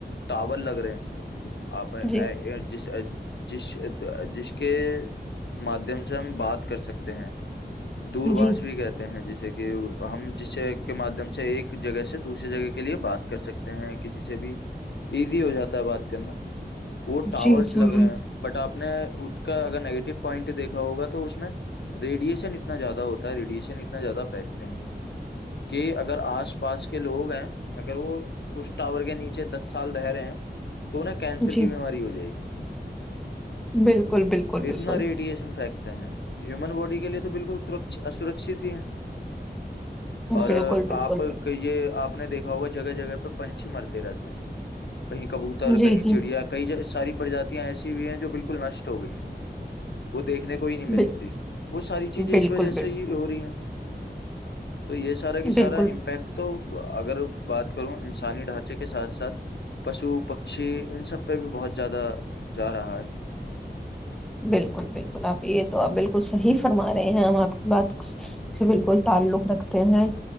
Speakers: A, on the left (about 75°); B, in the centre.
A: ٹاور لگ رہے آ
B: جی
A: جس جس جس کے مادادھیم سے ہم بات کر سکتے ہیں دورباش
B: جی
A: بھی کہتے ہیں جس ج کہ ہم جس کے مادھیم سے ایک جگہ سے دوسرے جگہ کے لیے بات کر سکتے ہیں کسی سے بھی ایزی ہو جاتا ہے بات کرنا وہ ٹاورس
B: جی جی
A: لگ
B: جی
A: رہے ہیں بٹ آپ نے ان کا اگر نگیٹو پوائنٹ دیکھا ہوگا تو اس میں ریڈیشن اتنا زیادہ ہوتا ہے ریڈیشن اتنا زیادہ فیکٹ کہ اگر آس پاس کے لوگ ہیں اگر وہ اس ٹاور کے نیچے دس سال رہ رہے ہیں تو انیں کینسر
B: جی
A: کی بیماری ہو جائے گی
B: بالکل بالکل بالکل
A: اتنا ریڈیشن فیکٹر ہیں ہیومن باڈی کے لیے تو بالکل سرکشت ہی ہیں اور
B: بالکل بالکل
A: آپ کہے آپ آپ نے دیکھا ہوا جگہ جگہ پہ پنچھی مرتے رہتے ہیں کہیں کبوتر
B: جی
A: کہیں چڑیا
B: جی
A: کئی ج ساری پرجاتیاں ایسی ہوئی ہیں جو بالکل نشٹ ہو گئی ہیں وہ دیکھنے بھی کوئی نہیں ملتی
B: بالکل
A: وہ ساری چیزیں
B: بالکل
A: اس وجہ سے ہی ہو رہی ہیں تو یہ سارا کہ سارا
B: بالکل
A: امپیکٹ تو اگر بات کروں انسانی ڈھانچے کے ساتھ ساتھ پشو پکشی ان سب پہ بھی بہت زیادہ جا رہا ہے
B: بالکل بالکل آپ یہ تو آپ بالکل صحیح فرما رہے ہیں ہم آپ کی بات سے بالکل تعلق رکھتے ہیں